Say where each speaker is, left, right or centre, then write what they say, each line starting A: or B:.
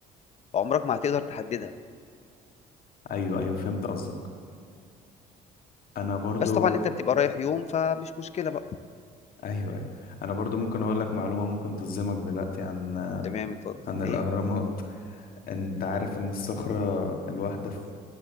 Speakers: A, on the left; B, on the left.
A: فعمرك ما هتقدر تحددها
B: ايوه ايوه فهمت قصدك انا برضو
A: بس طبعا انت بتبقى رايح يوم فمش مشكله بقى
B: ايوه ايوه انا برضو ممكن اقول لك معلومة ممكن تصدمك دلوقتي عن
A: تمام اتفضل
B: عن الاهرامات
A: ايه
B: انت عارف ان الصخرة الواحدة في